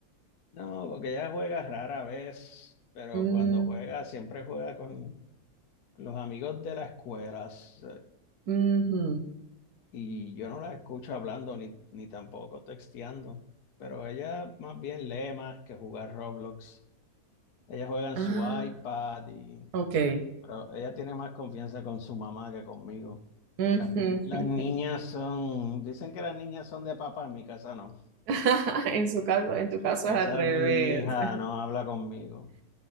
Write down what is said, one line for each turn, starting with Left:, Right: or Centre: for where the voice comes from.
Left: No, porque ella juega rara vez, pero
Right: Mm,
Left: cuando juega siempre juega con los amigos de las escuelas
Right: ujú.
Left: y yo no la escucho hablando ni, ni tampoco texteando, pero ella más bien lee más que jugar Roblox. Ella juega en
Right: Ah,
Left: su iPad y
Right: ok.
Left: pero ella tiene más confianza con su mamá que conmigo.
Right: Ujú.
Left: Las, ni- las niñas son, dicen que las niñas son de papá, en mi casa no.
Right: <laughs> En su caso, en tu
Left: En
Right: caso
Left: mi casa
Right: es al revés.
Left: mi hija no habla conmigo.